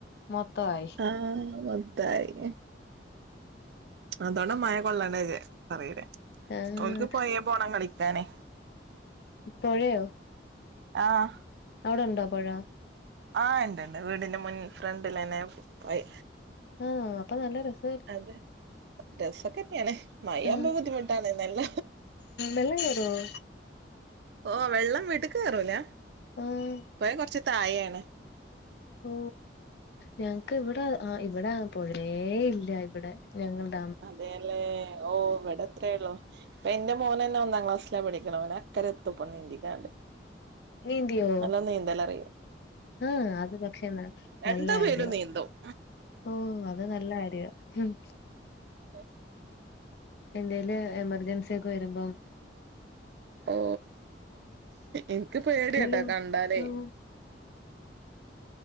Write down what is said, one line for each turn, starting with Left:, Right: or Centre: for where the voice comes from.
Left: മൊത്തയി
Right: ആഹ മൊത്തായി അതാണ് മഴ കൊള്ളണ്ട പറയല
Left: ആഹ്
Right: ഓൽക്ക് പോയേ പോണം കളിക്കാനെ
Left: പായയോ
Right: ആഹ്
Left: ഔടെ ണ്ടാ പൊഴ
Right: ആഹ ഇണ്ട്ണ്ട് വീടിന്റെ മുൻ ഫ്രണ്ടിലന്നെ പോയ്
Left: ആ അപ്പൊ നല്ല രസം
Right: അതെ രസൊക്കെ ന്നെയാണ്. മയാവുമ്പോ
Left: ആഹ്
Right: ബുദ്ധിമുട്ടാണ് നല്ല
Left: വെള്ളം കേറുവോ
Right: ഓ വെള്ളം വിടുക്ക് കേറുല
Left: ആഹ്
Right: പൊയ കൊറച്ച തായാണ്.
Left: ഓ ഞങ്ങക്ക് ഇവിടെ ആ ഇവിടെ പൊഴേ ഇല്ല ഇവിടെ ഞങ്ങൾട
Right: അതേല്ലേ ഓവിടെ എത്രേ ള്ളു ഇപ്പൊ എന്റെ മോന ന്നെ ഒന്നാം ക്ലാസ്സില പഠിക്കണ ഓൻ അക്കരെ എത്തുപ്പീനീന്തിക്കാണ്ട്
Left: നീന്തിയോ
Right: നല്ല നീന്തൽ അറിയും.
Left: ആഹ അത് പക്ഷെ നല്ല
Right: രണ്ടു പേരും
Left: ആര്യാ
Right: നീന്തും
Left: ഓ അത് നല്ല ആര്യാ ഉം.
Right: <inaudible>
Left: എന്തേലും എമർജൻസി ഒക്കെ വരുമ്പം.
Right: ഓ ഓ ഇനിക്ക് പേടിയട്ടോ
Left: അല്ലേലും
Right: കണ്ടാലേ.
Left: ഉം